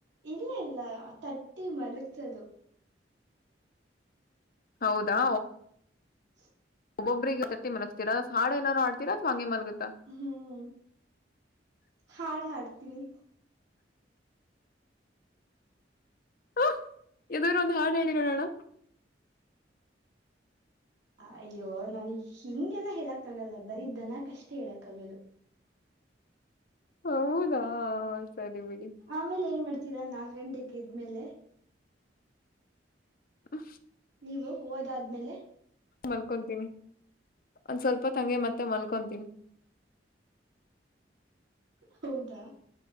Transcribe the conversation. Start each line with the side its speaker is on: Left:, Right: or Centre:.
Right: ಇಲ್ಲ ಇಲ್ಲ ತಟ್ಟಿ ಮಲಗ್ತದು
Left: ಹೌದಾ
Right: <inaudible>
Left: ಒಬ್ಬೊಬ್ಬರಿಗೆ ತಟ್ಟಿ ಮಲಗ್ಸ್ತೀರಾ ಅಥವಾ ಹಾಡಿನಾದ್ರು ಹಾಡ್ತೀರಾ ಅಥವಾ ಹಂಗೆ ಮಲಗ್ಸ್ತೀರಾ
Right: ಹ್ಮ್ ಹಾಡ್ ಹಾಡ್ತೀನಿ
Left: ಹ ಯಾವುದಾದರೂ ಒಂದು ಹಾಡು ಹಾಡಿ ನೋಡೋಣ
Right: ಅಯ್ಯೋ ನನ್ಗ್ ಹಿಂಗೆಲ್ಲ ಹೇಳಕ್ ಆಗಲ್ಲ ಬರೀ ದನಕ್ಕೆ ಅಷ್ಟೇ ಹೇಳಕ್ ಆಗದು
Left: ಹ ಹೌದಾ ಸರಿ ಬಿಡಿ
Right: ಆಮೇಲೆ ಏನ್ ಮಾಡ್ತೀರಾ ನಾಲ್ಕು ಗಂಟೆೆಗೆ ಎದ್ಮೇಲೆ
Left: ಹ
Right: ನೀವು ಹೋದಾದ್ಮೇಲೆ
Left: ಮಲ್ಕೊತೀನಿ ಒಂದ್ ಸ್ವಲ್ಪ ಹೊತ್ತು ಹಂಗೆ ಮತ್ತೆ ಮಲ್ಕೊಂತೀನಿ <inaudible>
Right: ಹೌದಾ